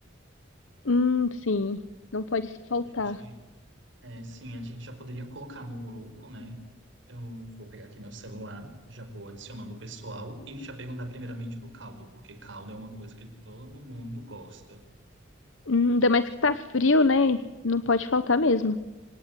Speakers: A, on the left; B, on the right.
A: Hum, sim, não pode faltar.
B: A gente, é, sim, a gente já poderia colocar no grupo, né? Eu vou pegar aqui meu celular, já vou adicionando o pessoal e já perguntar primeiramente do caldo, porque caldo é uma coisa que todo mundo gosta.
A: Hum, ainda mais que tá frio, né? Não pode faltar mesmo.